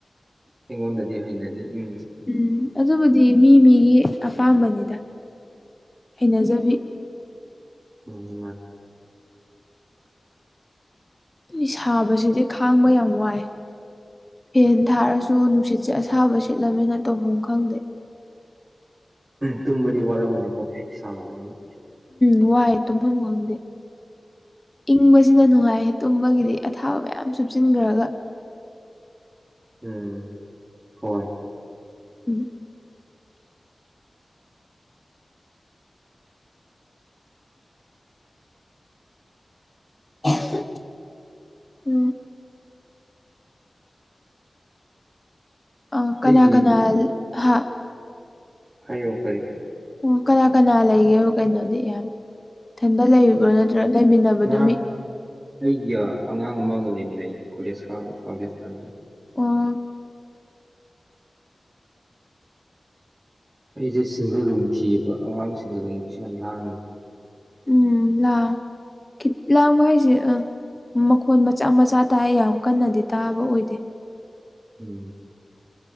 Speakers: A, on the right (about 25°); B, on the left (about 20°).
A: ꯑꯩꯉꯣꯟꯗꯗꯤ ꯍꯩꯅꯗꯦ ꯏꯪꯕꯁꯦ
B: ꯎꯝ ꯑꯗꯨꯕꯨꯗꯤ ꯃꯤ ꯃꯤꯒꯤ ꯑꯄꯥꯝꯕꯅꯤꯗ ꯍꯩꯅꯖꯕꯤ
A: ꯎꯅꯤ
B: ꯑꯩ ꯁꯥꯕꯁꯤꯗꯤ ꯈꯥꯡꯕ ꯌꯥꯝ ꯋꯥꯏ ꯐꯦꯟ ꯊꯥꯔꯁꯨ ꯅꯨꯡꯁꯤꯠꯁꯦ ꯑꯁ ꯁꯥꯥꯕ ꯁꯤꯠꯂꯝꯅꯤꯅ ꯇꯧꯐꯝ ꯈꯪꯗꯦ
A: ꯇꯨꯝꯃꯗꯤ ꯋꯥꯔ ꯃꯅꯤꯀꯣ ꯁꯥꯕꯅꯤꯅ
B: ꯅꯨꯡ ꯋꯥꯏ ꯇꯨꯐꯝ ꯋꯥꯡꯗꯦ ꯏꯪꯕꯁꯤꯅ ꯅꯨꯡꯉꯥꯏ ꯇꯨꯝꯕꯒꯤꯗꯤ ꯑꯊꯥꯕ ꯃꯌꯥꯝ ꯆꯨꯞꯆꯤꯟꯈ꯭ꯔꯒ <inaudible>
A: ꯎꯝ ꯍꯣꯏ
B: ꯎꯝ ꯆ ꯎꯝ ꯑ
A: ꯑꯩꯒꯤ
B: ꯀꯅꯥ ꯀꯅꯥꯜ ꯍꯥꯥ
A: ꯍꯥꯏꯌ‌‌ꯑꯣ ꯀꯔꯤ
B: ꯑꯣ ꯀꯅꯥ ꯀꯅꯥ ꯂꯩꯒꯦ ꯀꯩꯅꯣꯗꯤ ꯌꯥꯝ ꯏꯊꯟꯗ ꯂꯩꯔꯤꯕꯕ꯭ꯔꯣ ꯅꯠꯇ꯭ꯔꯒ ꯂꯩꯃꯤꯟꯅꯕꯗꯨ
A: ꯉꯥ
B: ꯃꯤꯠ
A: ꯑꯩꯒ ꯑꯉꯥꯡ ꯑꯃꯒ ꯂꯩꯃꯤꯅꯩ ꯀꯔꯤꯦꯁꯀꯥꯒ ꯄꯥꯀꯤꯁꯇꯥꯟꯒ
B: ꯑꯣ
A: ꯑꯩꯁꯦ ꯁꯤꯡꯒꯔꯨꯝ ꯊꯤꯑꯕ ꯑꯉꯥꯡꯁꯤꯡꯒ ꯂꯩꯕꯕꯁꯤꯦ ꯌꯥꯝ ꯂꯥꯡꯉꯤꯅꯦ
B: ꯎꯝ ꯂꯥꯡ ꯂꯥꯡꯕ ꯍꯥꯏꯁꯦ ꯑ ꯃꯈꯣꯟꯜ ꯃꯆꯥ ꯃꯆꯥ ꯇꯥꯏ ꯌꯥꯝ ꯀꯟꯅꯗꯤ ꯇꯥꯕ ꯑꯣꯏꯗꯦ
A: ꯎꯝ